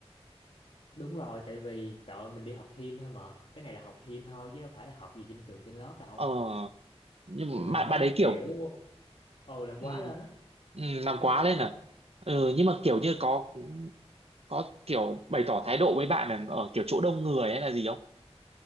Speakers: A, on the left; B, on the right.
A: đúng rồi tại vì trời ơi, mình đi học thêm thôi mà cái này là học thêm thôi chứ đâu phải là học gì trên trường trên lớp đâu
B: ờ nhưng
A: thì mình
B: mà bạn
A: thấy
B: bạn
A: là
B: đấy kiểu
A: kiểu ừ làm
B: ừm,
A: quá lên á
B: ừm,
A: mình
B: làm
A: thấy
B: quá
A: làm quá
B: lên
A: lên
B: à ừ, nhưng mà kiểu như có có kiểu bày tỏ thái độ với bạn là ở kiểu chỗ đông người hay là gì không